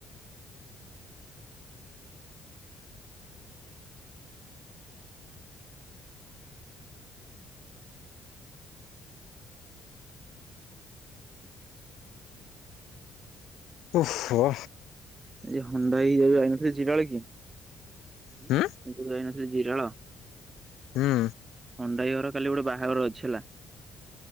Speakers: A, on the left; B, on the right.
A: ଓହୋ
B: ଏ ହଣ୍ଡା ହେଇ ଯୋଉ ଯାଇନଥିଲି ଜିରାଳ କି
A: ହୁଁ
B: ବିଲକୁଲ୍ ଯାଇନ ଜିରାଳ
A: ହୁଁ
B: ହଣ୍ଡାଇ ଘର କାଲି ଗୋଟେ ବାହାଘର ଅଛି ହେଲା।